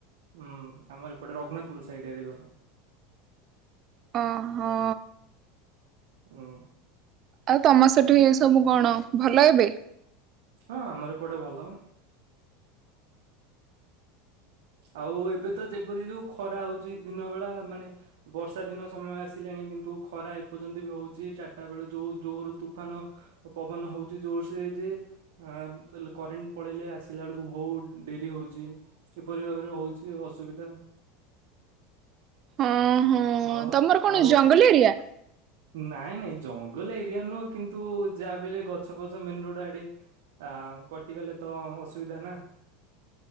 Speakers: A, on the right; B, on the right.
A: ହୁଁ ଆମର ଏପଟେ ରଗୁନାଥପୁର ସାଇଡ୍ ଆଡ଼େ ଘର।
B: ଓ ହୋ।
A: ହୁଁ।
B: ଆଉ ତମ ସେଠୁ ଏ ସବୁ କଣ ଭଲ ଏବେ?
A: ହଁ ଆମର ଏ ପଟେ ଭଲ। ଆଉ ଏବେ ତ ଯେପରି ଯୋଉ ଖରା ହଉଛି ଦିନ ବେଳା ମାନେ ବର୍ଷା ଦିନ ସମୟ ଆସିଲାଣି କିନ୍ତୁ ଖରା ଏପର୍ଯ୍ୟନ୍ତ ବି ହଉଛି ଚାରିଟା ବେଳେ ଯୋଉ ଜୋର ତୁଫାନ ପବନ ହଉଛି ଜୋରସରେ ଯେ, ଆ କରେଣ୍ଟ ପଳେଇଲେ ଆସିଲା ବେଳକୁ ବହୁତ ଡେରି ହଉଛି। କିପରି ଭାବରେ ହେଉଛି ଅସୁବିଧା?
B: ହଁ ହଁ
A: ଆଉ
B: ତମର କଣ
A: ଆଉ
B: ଜଙ୍ଗଲି ଏରିଆ?
A: ନାଇଁ ନାଇଁ ଜଙ୍ଗଲ ଏରିଆ ନୁହଁ କିନ୍ତୁ ଯାହା ବେଲେ ଗଛ ପଛ ମେନ ରୋଡ ଆଡେ ଆ କଟିଗଲେ ତ ଅସୁବିଧା ନା।